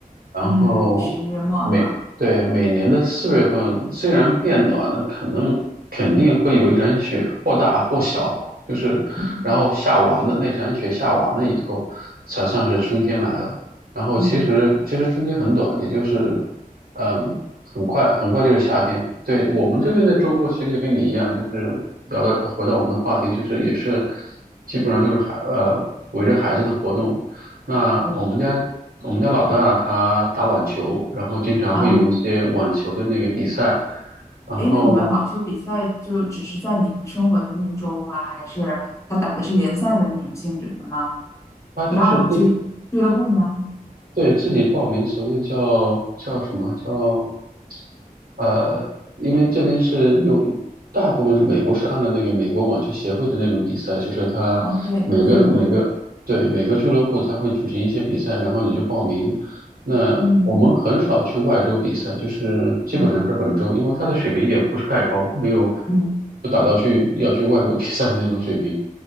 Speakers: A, on the right; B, on the left.
A: 然后
B: 嗯，十一月末哈，
A: 每对每年的四月份，虽然变暖了，可能肯定会有一场雪，或大或小，就是然后下完了那场雪下完了以后，
B: 嗯
A: 才算是春天来了。然后其实其实春天很短，
B: 嗯。
A: 也就是嗯，很快很快就是夏天。对我们这边的周末，其实也跟你一样，就是聊到回到我们的话题，就是也是基本上都是孩呃围着孩子的活动。那我们家我们家老大他打网球，
B: 对
A: 然后经常会有一些网球的那个比赛，
B: 啊，
A: 然后
B: 哎，那你们网球比赛就只是在你们生活的那个州吗？还是他打的是联赛的那种性质的吗
A: 他就是自
B: ？club 就是俱乐部吗
A: 对自己报名所谓叫叫什么叫呃，因为这边是有大部分是美国是按照那个美国网球协会的那种比赛，就是它每个每个对每个俱乐部它会举行一些比赛，
B: ？OK，俱乐部的，
A: 然后你去报名。那我们很少去外州比赛，
B: 嗯
A: 就是基本上是本州，
B: 嗯
A: 因为它的水平也不是太高，没有
B: 嗯。
A: 不达到去要去外州 <laughs> 比赛的那种水平。